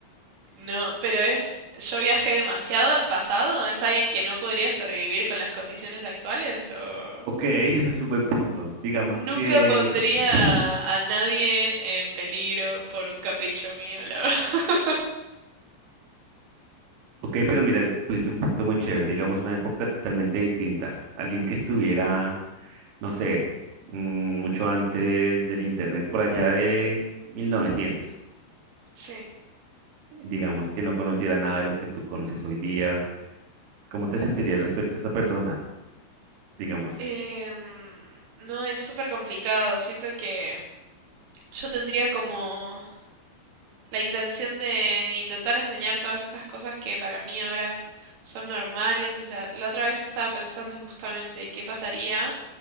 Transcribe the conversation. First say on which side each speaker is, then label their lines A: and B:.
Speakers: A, on the right; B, on the right.
A: no, pero es, yo viajé demasiado al pasado, ¿es alguien que no podría sobrevivir con las condiciones actuales o...?
B: Ok, eso es un buen punto. Digamos que,
A: Nunca pondría
B: <laughs>
A: a nadie en peligro por un capricho mío, la verdad. <laughs>
B: ok, pero mira, pusiste un punto muy chévere, digamos una época totalmente distinta. Alguien que estuviera, no sé, mm, mucho antes del internet, por allá de 1900.
A: Sí.
B: digamos que no conociera nada de lo que tú conoces hoy día, ¿cómo te sentirías respecto a esta persona? Digamos.
A: Em, no, es súper complicado. Siento que yo tendría como la intención de intentar enseñar todas estas cosas que para mí ahora son normales. O sea, la otra vez estaba pensando justamente qué pasaría